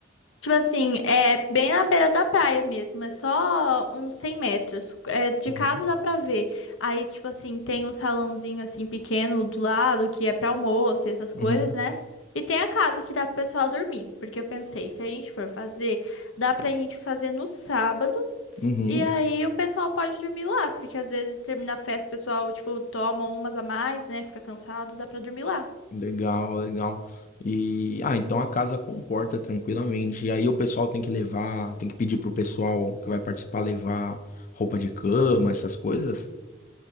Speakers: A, on the left; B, on the left.
A: Tipo assim, é bem na beira da praia mesmo, é só uns 100 metros. É, de
B: Uhum,
A: casa dá pra ver. Aí, tipo assim, tem um salãozinho assim pequeno do lado que é pra almoço e essas
B: uhum,
A: coisas, né? E tem a casa que dá pro pessoal dormir. Porque eu pensei, se a gente for fazer, dá pra gente fazer no sábado.
B: uhum.
A: E aí o pessoal pode dormir lá, porque às vezes termina a festa, o pessoal, tipo, toma umas a mais, né? Fica cansado, dá pra dormir lá.
B: Legal, legal. E, ah, então a casa comporta tranquilamente. E aí o pessoal tem que levar, tem que pedir pro pessoal que vai participar levar roupa de cama, essas coisas?